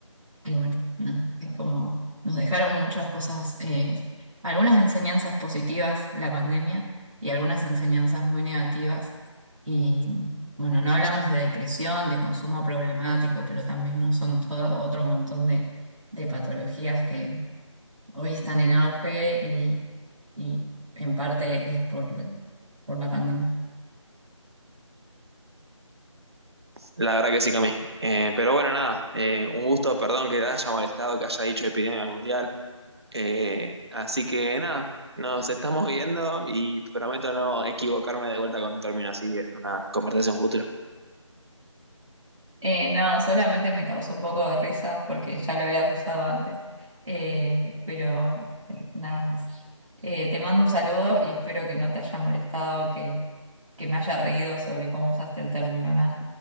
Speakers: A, on the right (about 75°); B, on the right (about 55°).
A: y bueno, no es como nos dejaron muchas cosas, eh, algunas enseñanzas positivas la pandemia y algunas enseñanzas muy negativas. Y bueno, no hablamos de depresión, de consumo problemático, pero también no son todo otro montón de, de patologías que hoy están en auge y, y en parte es por, por la pandemia.
B: La verdad que sí, Cami. Eh, pero bueno, nada, eh, un gusto, perdón que te haya molestado, que haya dicho epidemia mundial. Eh, así que nada, nos estamos viendo y prometo no equivocarme de vuelta con un término así en una conversación futura.
A: Eh, no, solamente me causó un poco de risa porque ya lo habías usado antes, Eh, pero eh, nada más. Eh, te mando un saludo y espero que no te haya molestado, que, que me haya reído sobre cómo usaste el término, nada.